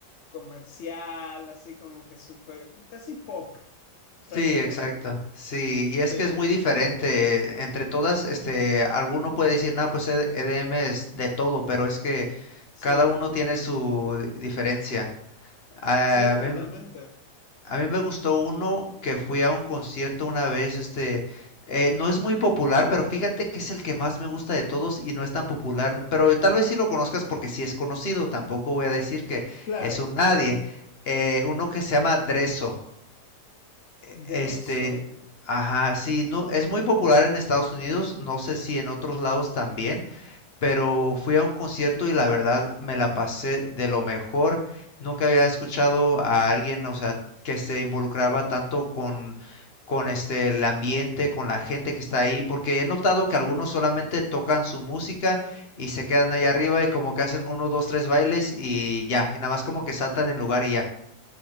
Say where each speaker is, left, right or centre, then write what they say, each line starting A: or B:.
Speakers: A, on the left (about 60°); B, on the left (about 40°).
A: comercial, así como que súper, casi pop
B: Sí,
A: prácticamente.
B: exacto. Sí, y es
A: Sí,
B: que es muy diferente. Entre todas, este, alguno puede decir, no, pues E- EDM es de todo, pero es que
A: sí,
B: cada uno tiene su di- diferencia. A
A: sí, totalmente.
B: mí A mí me gustó uno que fui a un concierto una vez, este, eh, no es muy popular, pero fíjate que es el que más me gusta de todos y no es tan popular, pero tal vez sí lo conozcas porque sí es conocido, tampoco voy a decir que
A: Claro,
B: es un nadie. Eh, uno que se llama Dreso. e- Este,
A: Dreso.
B: ajá, sí, no, es muy popular en Estados Unidos, no sé si en otros lados también pero fui a un concierto y
A: mm,
B: la verdad me la pasé de lo mejor. Nunca había escuchado a alguien, o sea, que se involucraba tanto con, con este, el ambiente, con la gente que está ahí, porque he notado que algunos solamente tocan su música y se quedan ahí arriba y como que hacen uno, dos, tres bailes y ya, y nada más como que saltan en lugar y ya.